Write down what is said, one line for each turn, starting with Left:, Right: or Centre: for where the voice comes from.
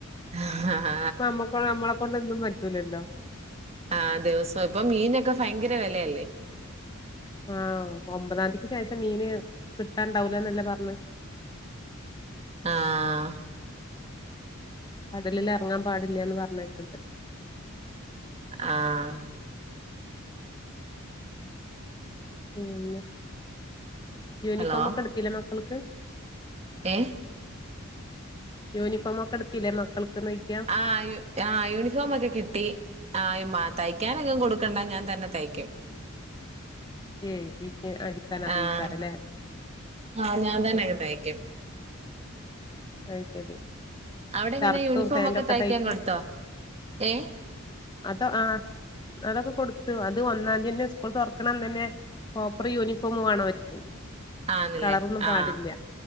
Right: ആഹ്
Left: ഇപ്പോ നമ്മക്കോ നമ്മളെ കൊണ്ടൊന്നും പറ്റൂല്ലല്ലോ
Right: ആഹ് ദിവസോം ഇപ്പൊ മീനെക്കെ ഫയങ്കര വെലയല്ലേ
Left: ആഹ് ഒമ്പതാന്തിക്ക് ശേഷം മീന് കിട്ടാണ്ടാവൂലാന്നല്ലേ പറഞ്ഞേ
Right: ആഹ്
Left: കടലില് എറങ്ങാൻ പാടില്ല്യാന്ന് പറഞ്ഞേക്ക്ണ്ട്
Right: ആഹ്
Left: പിന്നെ യൂനിഫോമൊക്കെ
Right: ഹലോ
Left: ഇട്ത്തിലെ മക്കൾക്ക്
Right: ഏഹ്
Left: യൂനിഫോമൊക്കെ എട്‌ത്തിലെ മക്കൾക്ക്ന്നോയിക്കാ
Right: ആഹ് യൂ ആഹ് യൂണിഫോമൊക്കെ കിട്ടി ആയമ്മാ തയ്ക്കാനെങ്ങും കൊട്ക്കണ്ട ഞാൻ തന്നെ തയ്ക്കും
Left: ഏനിക്ക് അടിക്കാനറിയേക്കാരല്ലേ
Right: ആഹ് ആഹ് ഞാൻ തന്നെയൊക്കെ
Left: ഉം ഉം
Right: തയ്ക്കും
Left: അഹ് ശരി
Right: അവിടെ എങ്ങനെ
Left: ഷർട്ടും
Right: യൂണിഫോം
Left: ഫേന്റൊക്കെ
Right: ഒക്കെ തയ്ക്കാൻ
Left: തയ്ക്കും
Right: കൊടുത്തോ ഏഹ്
Left: അതോ ആഹ് അതൊക്കെ കൊട്ത്ത് അത് ഒന്നാന്തിയന്നെ സ്ക്കൂള് തൊറ്ക്ക്ണ അന്നന്നേ പ്രോപ്പർ യൂണിഫോമ് വാണം ഓര്ക്ക്
Right: ആന്നല്ലേ
Left: കളറൊന്നും പാടില്ല
Right: ആഹ്